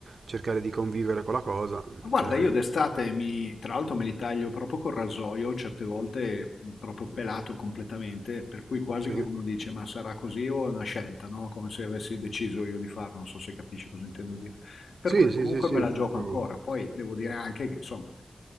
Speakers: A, on the right; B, on the left.
A: cercare di convivere con la cosa,
B: Ma Guarda,
A: cioè,
B: io d'estate mi, tra l'altro me li taglio proprio col rasoio, certe volte mh, proprio pelato completamente, per cui quasi
A: sì.
B: che uno dice ma sarà così o è una scelta, no? Come se avessi deciso io di farlo, non so se capisci cosa intendo dire. Per
A: Sì,
B: cui
A: sì,
B: comunque
A: sì, sì,
B: me la
A: proprio.
B: gioco ancora. Poi devo dire anche che insomma